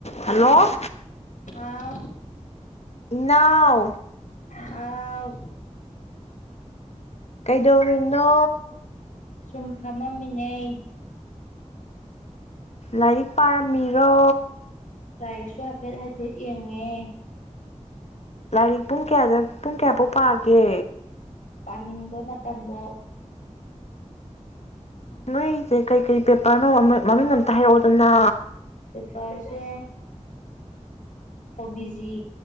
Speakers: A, on the left; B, on the left.
A: Hello
B: ꯑꯥ
A: ꯏꯅꯥꯎ
B: ꯍꯥꯎ
A: ꯀꯩꯗꯧꯔꯤꯅꯣ
B: ꯁꯨꯝ ꯐꯝꯃꯝꯃꯤꯟꯅꯩ꯫
A: ꯂꯥꯏꯔꯤꯛ ꯄꯥꯔꯝꯃꯤꯔꯣ?
B: ꯂꯥꯏꯔꯤꯛꯁꯨ ꯍꯥꯏꯐꯦꯠ ꯍꯥꯏꯐꯦꯠ ꯌꯦꯡꯉꯦ
A: ꯂꯥꯏꯔꯤꯛ ꯄꯨꯡ ꯀꯌꯥꯐꯧ ꯄꯨꯡ ꯀꯌꯥꯐꯥꯎ ꯄꯥꯒꯦ
B: ꯄꯥꯅꯤꯡꯕ ꯃꯇꯝꯐꯧ꯫
A: ꯅꯣꯏꯁꯦ ꯀꯩ ꯀꯩ ꯄꯦꯄꯔꯅꯣ ꯃꯃꯤꯡ ꯑꯝꯇ ꯍꯥꯏꯔꯛꯑꯣꯗꯅ
B: ꯄꯦꯄꯔꯁꯦ ꯑꯣꯕꯤꯖꯤ